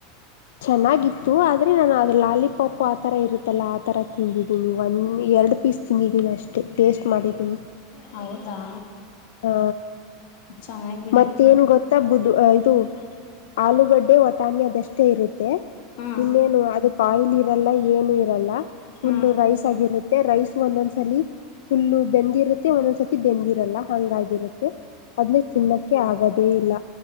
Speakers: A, on the left; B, on the left.
A: ಚೆನ್ನಾಗಿತ್ತು ಆದ್ರೆ ನಾನು ಅದು ಲಾಲಿಪಾಪ್ ಆತರ ಇರುತ್ತಲ್ಲ, ಆತರ ತಿಂದಿದ್ದೀನಿ ಒಂದ ಎರಡು ಪೀಸ್. ತಿಂದಿದ್ದೀನಿ ಅಷ್ಟೇ ಟೇಸ್ಟ್ ಮಾಡಿದ್ದೀನಿ.
B: ಹೌದಾ,
A: ಹಾ,
B: ಚೆನ್ನಾಗಿ ಬಿಡಿ
A: ಮತ್ತೇನ್ ಗೊತ್ತ ಬುದ್ ಇದು ಆಲೂಗಡ್ಡೆ ಒಯವಟಾಣಿ ಅದಷ್ಟೇ ಇರುತ್ತೆ.
B: ಹಾಂ
A: ಇನ್ನೇನು ಅದಕ್ ಆಯಿಲ್ ಇರಲ್ಲ ಏನು ಇರಲ್ಲ ಫುಲ್
B: ಹಾಂ
A: ರೈಸ್ ಆಗಿರುತ್ತೆ. ಮತ್ತೆ ರೈಸ್ ಒಂದೊಂದ್ಸಲಿ ಫುಲ್ಲು ಬೆಂದಿರುತ್ತೆ ಒಂದೊಂದ್ಸತಿ ಬೆಂದಿರಲ್ಲ ಹಂಗಾಗಿರುತ್ತೆ ಅದನ್ನೆ ತಿನ್ನೋಕ್ಕೆ ಆಗದೇ ಇಲ್ಲ